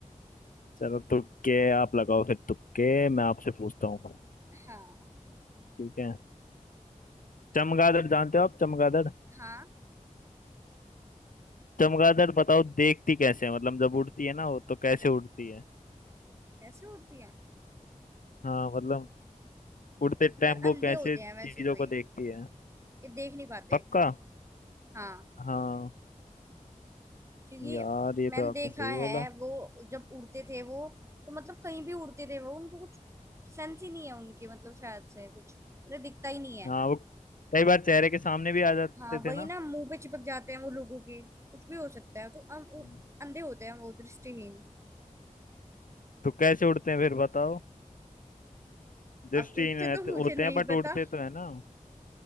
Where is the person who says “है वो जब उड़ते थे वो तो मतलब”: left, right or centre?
Right